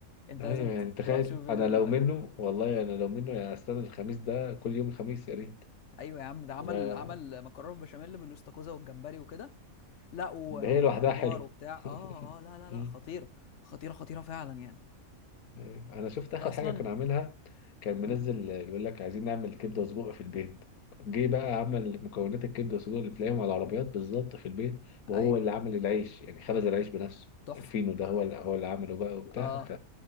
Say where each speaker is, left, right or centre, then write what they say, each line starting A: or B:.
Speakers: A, on the left; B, on the left.
A: انت
B: ايوه
A: لازم ت-
B: يعني تخيل
A: تروح تشوف الفيديو
B: انا لو
A: ده دلوقتي
B: منه والله انا لو منه يعني استنى الخميس ده كل يوم خميس يا ريت
A: ايوه يا عم ده عمل
B: لا-
A: عمل مكرونه بشاميل بالاستاكوزا والجمبري وكده لا و-
B: ده هي لوحدها
A: وخضار
B: حلو
A: وبتاع
B: <laughs>
A: اه اه لا لا لا
B: أمم.
A: خطيره خطيره خطيره فعلا يعني
B: أيوة. انا شفت
A: انت
B: اخر
A: اصلا
B: حاجه كان عاملها كان منزل
A: آه.
B: آه، بيقول لك عايزين نعمل كبده وسجق في البيت جه بقى عمل مكونات الكبده والسجق اللي بتلاقيهم على العربيات بالظبط في البيت وهو
A: ايوه
B: اللي عمل العيش يعني خبز العيش بنفسه
A: تحفه
B: الفينو ده هو اللي هو اللي عمله بقى وبتاع
A: اه